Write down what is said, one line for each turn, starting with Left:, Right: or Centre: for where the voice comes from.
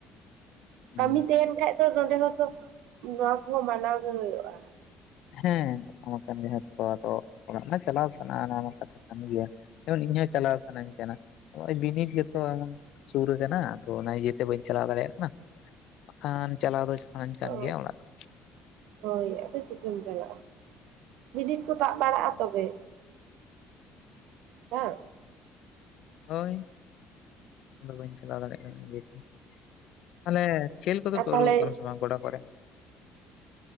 Left: ᱦᱩᱸ
Right: ᱠᱟᱹᱢᱤ ᱛᱟᱦᱮᱱ ᱠᱷᱟᱡ ᱫᱚ ᱱᱚᱸᱰᱮ ᱦᱚᱸᱛᱚ ᱱᱚᱣᱟ ᱠᱚᱦᱚᱸ ᱢᱟᱱᱟᱣ ᱜᱮ ᱦᱩᱭᱩᱜᱼᱟ᱾
Left: ᱦᱮᱸ ᱠᱟᱛᱷᱟ ᱠᱟᱱ ᱜᱮᱛᱚ ᱟᱫᱚ ᱚᱲᱟᱜ ᱢᱟ ᱪᱟᱞᱟᱣ ᱥᱟᱱᱟ ᱚᱱᱟ ᱢᱟ ᱠᱟᱛᱷᱟ ᱠᱟᱱ ᱜᱮᱭᱟ᱾ <unintelligible> ᱤᱧ ᱦᱚᱸ ᱪᱟᱞᱟᱣ ᱥᱟᱱᱟᱧ ᱠᱟᱱᱟ ᱾ᱱᱚᱜ-ᱚᱭ ᱵᱤᱱᱤᱰ ᱜᱮᱛᱚ ᱥᱩᱨ ᱠᱟᱱᱟ ᱟᱫᱚ ᱚᱱᱟ ᱤᱭᱟᱹᱛᱮ ᱵᱟᱹᱧ ᱪᱟᱞᱟᱣ ᱫᱟᱲᱮᱭᱟᱜ ᱠᱟᱱᱟ ᱵᱟᱠᱷᱟᱱ ᱪᱟᱞᱟᱣ ᱫᱚ ᱥᱟᱱᱟᱧ ᱠᱟᱱ
Right: ᱚ
Left: ᱜᱮᱭᱟ ᱚᱱᱟ ᱫᱚ
Right: ᱦᱳᱭ ᱟᱫᱚ ᱪᱤᱠᱟᱹᱢ ᱪᱟᱞᱟᱜᱼᱟ᱾ᱵᱤᱱᱤᱰ ᱠᱚ ᱛᱟᱵ ᱵᱟᱲᱟᱜᱼᱟ
Left: ᱦᱳᱭ
Right: ᱛᱚᱵᱮ ᱦᱮᱸ
Left: ᱦᱳᱭ ᱮᱠᱷᱚᱱ ᱫᱚ ᱵᱟᱹᱧ ᱪᱟᱞᱟᱣ ᱫᱟᱲᱮᱜ ᱠᱟᱱᱟ ᱤᱭᱟᱹᱛᱮ ᱛᱟᱞᱮ ᱠᱷᱮᱞ ᱠᱚᱫᱚ
Right: ᱟᱨ
Left: ᱯᱮ
Right: ᱛᱟᱦᱚᱞᱮ
Left: ᱳᱰᱳᱠᱚᱜ ᱠᱟᱱᱟ ᱥᱮ ᱵᱟᱝ ᱜᱚᱰᱟ ᱠᱚᱨᱮ?